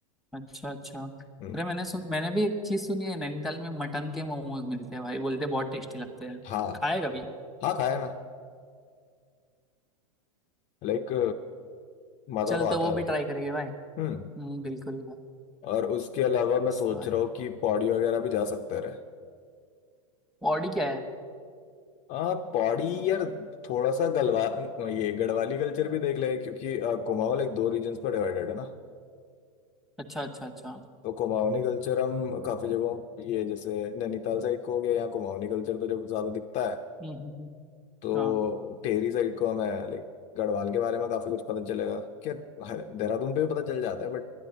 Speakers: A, in the centre; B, on the left (about 40°).
A: अच्छा अच्छा
B: हम्म
A: अरे मैंने सुन मैंने भी एक चीज सुनी है नैनीताल में मटन के मोमोज मिलते हैं भाई बोलते हैं बहुत टेस्टी लगते हैं
B: हाँ
A: खाए कभी
B: हाँ खाया ना लाइक मजा
A: चल
B: तो
A: तो
B: आता
A: वो
B: है
A: भी
B: वो
A: ट्राई
B: खाने
A: करेंगे
B: में
A: भाई
B: हम्म
A: हम्म बिल्कुल भाई
B: और उसके अलावा मैं
A: मस्त
B: सोच
A: भाई
B: रहा हूँ कि पौड़ी वगैरह भी जा सकते रहे
A: बॉडी क्या है
B: आ, पौड़ी यार थोड़ा सा गलवा ये गढ़वाली कल्चर भी देख लेंगे क्योंकि अ, कुमाऊँ लाइक दो रीजन्स पर डिवाइडेड है ना
A: अच्छा अच्छा अच्छा
B: तो कुमाऊनी कल्चर हम काफी जगहों ये जैसे नैनीताल साइड को हो गया यहाँ कुमाऊनी कल्चर तो जब ज्यादा दिखता है
A: हम्म हम्म हम्म,
B: तो
A: हाँ
B: टेहरी साइड को हमें लाइक गढ़वाल के बारे में काफी कुछ पता चलेगा क्या हर- देहरादून पे भी पता चल जाता है बट